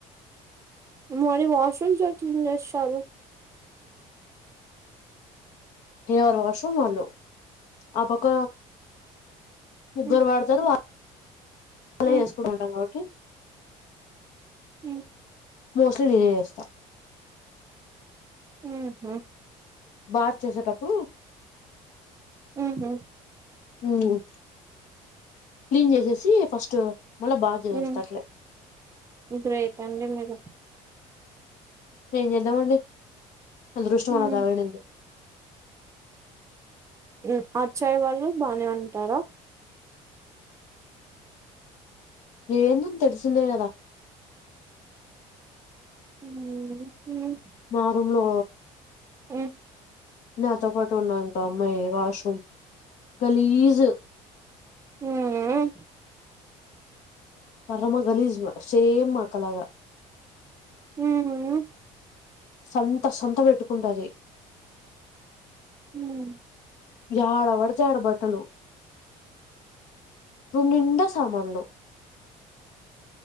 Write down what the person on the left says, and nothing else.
ఎవరీ వాష్రూమ్ వాళ్ళు ఆ పక్క ముగ్గురు
వాడతారు వ అలా
చేసుకుని ఉంటాను కాబట్టి
మోస్ట్లీ నేనే చేస్తా
బాత్ చేసేటప్పుడు
మ్మ్ క్లీన్ చేసేసి ఫస్ట్ మళ్ళా బాత్ చేసేస్తా
అట్లే
ఏమ్ చేదాం అండీ అదృష్టం అలా
తగలడింది
ఏందుని తెలిసిందే కదా
మా రూమ్ంలో
నాతో పాటు ఉన్నా ఇంకో అమ్మాయి వాష్రూమ్ గలీజ్
పరమ గలీజ్ సేమ్ మా అక్క లాగా
సంత సంత పెట్టుకుంటది
యాడపడితే ఆడ బట్టలు రూమ్ నిండా సామాన్లు